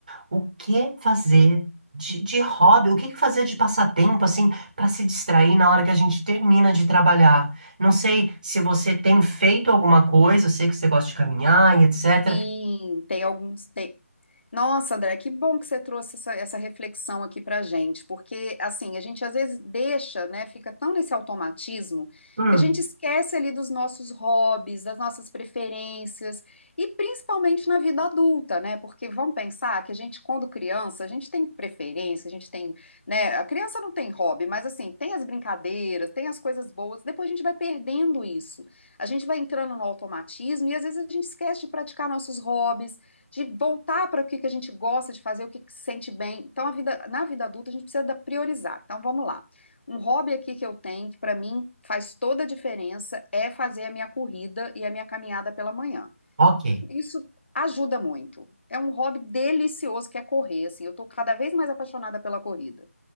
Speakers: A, on the right; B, on the left.
A: O que fazer de, de hobby? O que que fazer de passatempo, assim, para se distrair na hora que a gente termina de trabalhar? Não sei se você tem feito alguma coisa, eu sei que você gosta de caminhar e etc.
B: sim, tem alguns. Tem, Nossa, André, que bom que você trouxe essa, essa reflexão aqui pra gente, porque assim, a gente às vezes deixa, né, fica tão nesse automatismo
A: Hum,
B: que a gente esquece ali dos nossos hobbies, das nossas preferências e principalmente na vida adulta, né? Porque vamos pensar que a gente quando criança, a gente tem preferência, a gente tem, né, a criança não tem hobby, mas assim, tem as brincadeiras, tem as coisas boas, depois a gente vai perdendo isso. A gente vai entrando no automatismo e às vezes a gente esquece de praticar nossos hobbies de voltar para o que que a gente gosta de fazer, o que que se sente bem. Então, a vida, na vida adulta, a gente precisa da- priorizar. Então, vamos lá. Um hobby aqui que eu tenho, que para mim faz toda a diferença, é fazer a minha corrida e a minha caminhada pela manhã.
A: ok.
B: Isso ajuda muito. É um hobby delicioso que é correr, assim. Eu estou cada vez mais apaixonada pela corrida.